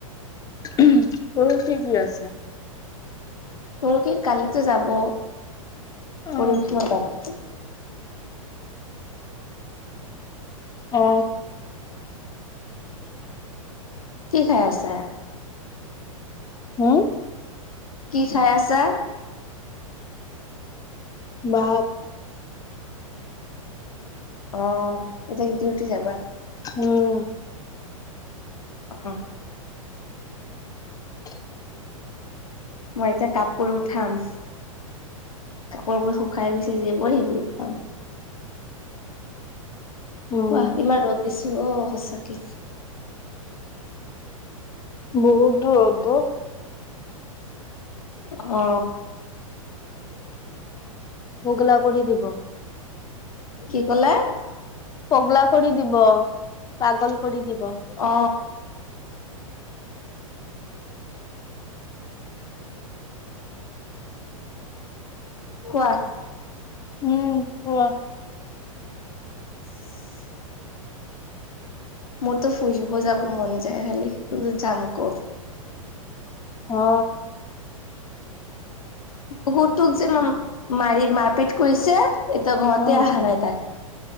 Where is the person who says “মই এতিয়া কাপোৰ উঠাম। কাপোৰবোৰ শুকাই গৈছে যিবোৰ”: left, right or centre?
Left